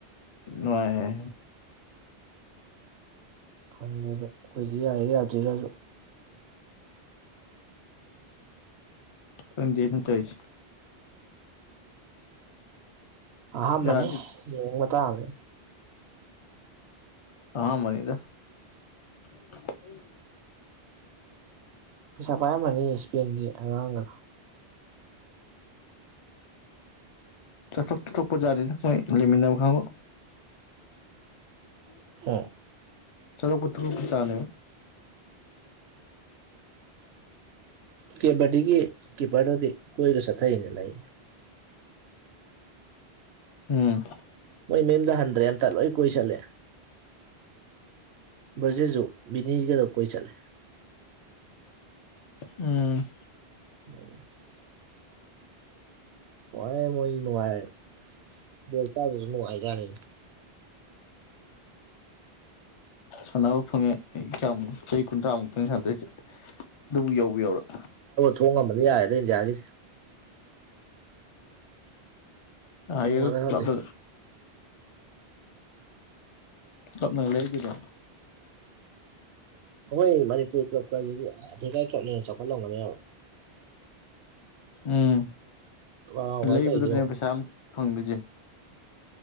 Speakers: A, on the left; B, on the right.
A: ꯅꯨꯡꯉꯥꯏꯌꯦ
B: ꯈꯪꯗꯦ ꯑꯗꯣ ꯑꯩꯈꯣꯏꯁꯦ ꯌꯥꯏꯔ ꯌꯥꯗ꯭ꯔꯤꯔꯁꯨ
A: ꯈꯪꯗꯦꯅꯦ ꯇꯧꯏꯁꯦ
B: ꯑꯍꯝꯕꯅꯤ
A: ꯌꯥꯔꯗꯤ
B: ꯌꯦꯡꯕ ꯇꯥꯕꯅꯦ
A: ꯑꯍꯟꯕꯅꯤꯗ ꯎꯝ ꯌꯥꯏꯌꯦ
B: ꯄꯩꯁꯥ ꯄꯥꯏꯔꯝꯃꯅꯤ ꯏꯁꯄꯦꯟꯒꯤ ꯑꯉꯥꯡꯒꯗ
A: ꯗꯥ ꯆꯣꯛ ꯇꯣꯛꯄꯅꯤꯦꯅꯣꯏ ꯂꯦꯃꯤꯗꯕ ꯈꯕꯣ ꯂꯩ
B: ꯍ
A: ꯁꯖꯄꯇꯜ ꯄ ꯄꯨꯖꯥꯅ ꯑꯣꯏꯦ
B: ꯀꯦꯕꯗꯤꯒꯤ ꯀꯤꯞꯄꯔꯗꯨꯗꯤ ꯀꯣꯏꯔ ꯆꯠꯊꯩꯅ ꯂꯩꯅꯦ
A: ꯎꯝ
B: ꯃꯣꯏ ꯃꯌꯨꯝꯗ ꯍꯟꯗ꯭ꯔꯦ ꯑꯝꯇ ꯂꯣꯏ ꯀꯣꯏ ꯆꯠꯂꯦ ꯕꯥꯔꯖꯤꯜ ꯁꯨ ꯕꯤꯅꯤꯁꯒꯔꯗ ꯀꯣꯏ ꯆꯠꯂꯦ
A: ꯎꯝ
B: <unintelligible> ꯅꯨꯡꯉꯥꯏ ꯃꯣꯏ ꯅꯨꯡꯉꯥꯏ <unintelligible> ꯀꯥꯗꯔꯁꯨ ꯅꯨꯡꯉꯥꯏ ꯖꯠꯅꯤ
A: ꯁꯥꯟꯅꯕ ꯐꯪꯉꯦ ꯀꯌꯥꯝꯕꯨ ꯆꯍꯤ ꯀꯨꯟꯊ꯭ꯔꯥꯃꯨꯛꯇꯪꯅꯦ ꯁꯥꯟꯅꯥꯗꯣꯏꯁꯦ ꯑꯗꯨꯕꯨ ꯌꯧꯕꯨ ꯌꯧꯔꯛ
B: ꯊꯣꯡꯉꯝꯕꯗꯤ ꯌꯥꯏꯔꯦꯗ ꯑꯩꯗꯤ ꯌꯥꯔꯅꯤ
A: ꯑꯌꯨꯛ
B: ꯉꯝꯒꯗ꯭ꯔ ꯈꯪꯗꯦ
A: ꯇꯞꯅꯥ ꯇꯞꯅ ꯂꯩꯒꯤꯗ
B: ꯑꯩꯈꯣꯏ ꯃꯅꯤꯄꯨꯔ ꯀ꯭ꯂꯕꯀꯁꯤꯗꯤ ꯑꯐꯔ꯭ꯤꯀꯥ ꯀ꯭ꯂꯕꯅ ꯍꯦꯟꯅ ꯆꯥꯎꯈꯠꯂꯝꯒꯅꯦꯕ
A: ꯎꯝ
B: ꯇ꯭ꯔꯥꯎꯒꯥꯏ
A: ꯂꯩꯕꯗꯨꯅꯦ
B: ꯇꯧꯔꯤꯗꯣ ꯌꯦꯡꯉꯣ
A: ꯄꯩꯁꯥ ꯑꯃꯝ ꯐꯪꯗ꯭ꯣꯏꯁꯦ